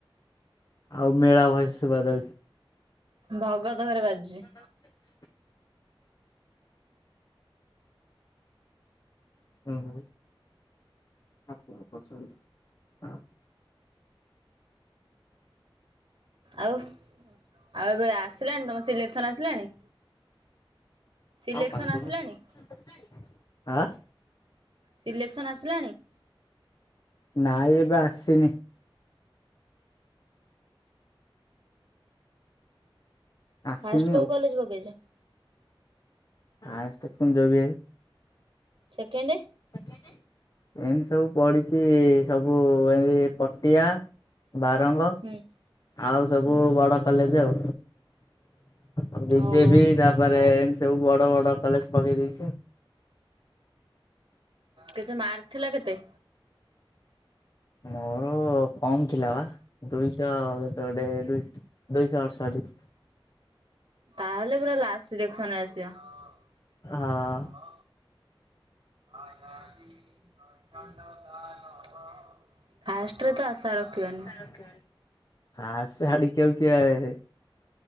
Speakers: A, on the left; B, on the right.
A: ଆଉ ମେଳା ଭଏସ୍ ଶୁବା ଯାଉଚି।
B: ଭଗତ ଘରେ ବାଜୁଚି।
A: କଁ ଖାଇଚ? ଉଁ ହୁଁ ଆଉ କଁ ପସନ୍ତି ଆ
B: ଆଉ ଆଉ ଏବେ ଆସିଲାଣି ତମ ସିଲେକ୍ସନ୍ ଆସିଲାଣି? ସିଲେକ୍ସନ୍
A: ଆଉ ପାଞ୍ଚ
B: ଆସିଲାଣି
A: ଦିନ୍ ପ ଆଁ?
B: ସିଲେକ୍ସନ ଆସିଲେ
A: ନାଇଁ ଏବେ ଆସିନି ଆସିନି
B: ଫାଷ୍ଟ କୋଉ
A: ଆଉ
B: କଲେଜ ପକେଇଛ
A: ଆ ତ ପନ୍ଦବି ହେ
B: ସେକେଣ୍ଡ
A: ସେକେଣ୍ଡ ଏନ୍ତୀ ସବୁ ପଡିଛି ସବୁ ଏମତି ପଟିଆ ବାରଙ୍ଗ
B: ହୁଁ
A: ଆଉ ସବୁ
B: ହୁଁ
A: ବଡ କଲେଜ ଆଉ ଆଉ ବି
B: ଓହୋ
A: ଜେ ବି ତାପରେ ଏମିତି ସବୁ ବଡ ବଡ କଲେଜ ପକେଇ ଦେଇେଇଛ
B: କେତେ ମାର୍କ ଥିଲା କେତେ?
A: ମୋର କମ୍ ଥିଲା ବା ଦୁଇଶହ କେତେ ଗଟେ ଦୁଇ ଦୁଇଶହ ଆଠଶଠୀ
B: ତାହେଲେ ପୁରା ଲାଷ୍ଟ ସିଲେକ୍ସନରେ ଆସିବ
A: ହଁ
B: ଆଜାଦି ନୟନ କାନନ ଫାଷ୍ଟରେ ତ ଆଶା ରଖିବନି
A: ରଖ ଫାଷ୍ଟ ଆଡ଼ିକି ଆଉ କି ଏ